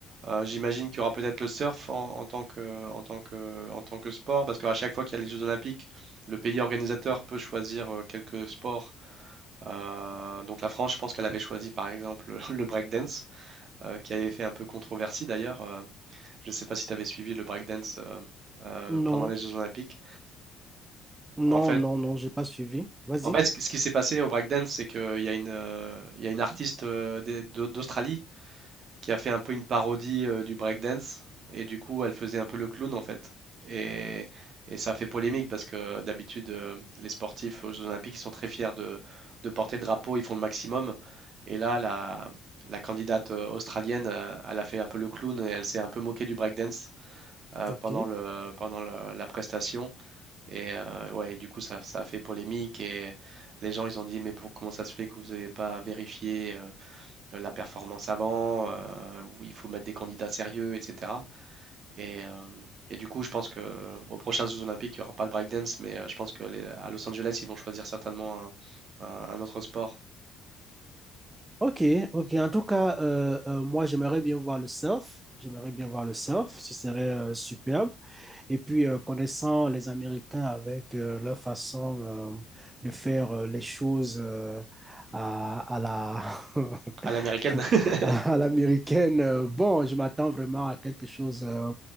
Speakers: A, on the right; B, on the right.
A: Euh, j'imagine qu'il y aura peut-être le surf en, en tant que, en tant que, en tant que sport, parce qu'à chaque fois qu'il y a les Jeux Olympiques, le pays organisateur peut choisir euh, quelques sports euh, donc la France, je pense qu'elle avait choisi par exemple <laughs> le breakdance, euh, qui avait fait un peu controversie d'ailleurs. Euh, je ne sais pas si tu avais suivi le breakdance euh, euh,
B: Non,
A: pendant les Jeux Olympiques.
B: non,
A: En fait,
B: non, non, j'ai pas suivi. Vas-y.
A: en fait, ce qui ce qui s'est passé au breakdance, c'est qu'il y a une, euh, il y a une artiste euh, des- d'Au- d'Australie qui a fait un peu une parodie euh, du breakdance. Et du coup, elle faisait un peu le clown en fait. Et, et ça a fait polémique parce que d'habitude, euh, les sportifs aux Jeux Olympiques, ils sont très fiers de, de porter le drapeau, ils font le maximum. Et là, la, la candidate euh, australienne, euh, elle a fait un peu le clown et elle s'est un peu moquée du breakdance euh,
B: Ok.
A: pendant le, pendant le- la prestation. Et euh, ouais, du coup, ça, ça a fait polémique et les gens, ils ont dit, mais bon, comment ça se fait que vous n'avez pas vérifié euh, la performance avant, euh, où il faut mettre des candidats sérieux, etc. Et, euh, et du coup, je pense que aux prochains Jeux Olympiques, il n'y aura pas le breakdance, mais euh, je pense que les- à Los Angeles, ils vont choisir certainement un, un- un autre sport
B: Ok, ok. En tout cas, euh, euh, moi, j'aimerais bien voir le surf. J'aimerais bien voir le surf. Ce serait euh, superbe. Et puis, euh, connaissant les Américains avec euh, leur façon euh, de faire euh, les choses euh, à, à la <laughs>
A: à l'américaine.
B: <laughs>
A: <laughs>
B: à l'américaine. euh, Bon, je m'attends vraiment à quelque chose euh,